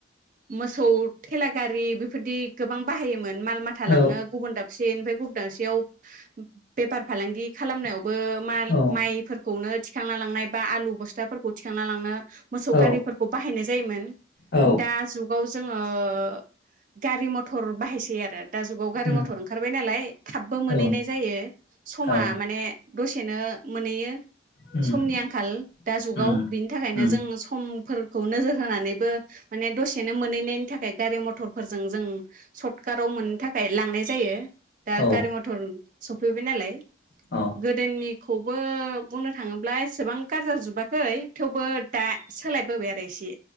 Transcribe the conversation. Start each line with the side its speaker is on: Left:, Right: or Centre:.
Right: मोसौ थेला गारि बेफोरदि गोबां बाहायो मोन माल माथा
Left: औ
Right: लांनो गुबुन दाबसेनिफाय गु दाबसेयाव बेफार फालांगि खालामनायावबो
Left: औ
Right: माइफोरखौनो थिखांना लांनाय बा आलु बस्थाफोरखौ थिखांना लांनो मोसौ
Left: औ
Right: गारिफोरखौ बाहायनाय जायोमोन
Left: औ
Right: दा जुगाव जोङो ओ गारि मथर बाहायसै आरो दा जुगाव गारि
Left: उम
Right: मथर ओंखारबाय नालाय थाबबो मोनहैनाय
Left: औ
Right: जायो समा
Left: औ
Right: माने दसेनो मोनैयो
Left: उम
Right: समनि आंखाल दा जुगाव
Left: उम
Right: बिनि थाखायनो
Left: उम
Right: जों समफोर खौ नोजोर होनानैबो माने दसेनो मोनहैनायनि थाखाय गारि मथरफोरजों जों सटकाराव मोननो थाखाय लांनाय जायो दा
Left: औ
Right: गारि मटर सब फैबाय नालाय
Left: औ
Right: गोदोनि खौबो बुंनो थाङोब्ला एसेबां कार जाजोबाखै थेवबो दा सोलायबोबाय आरो एसे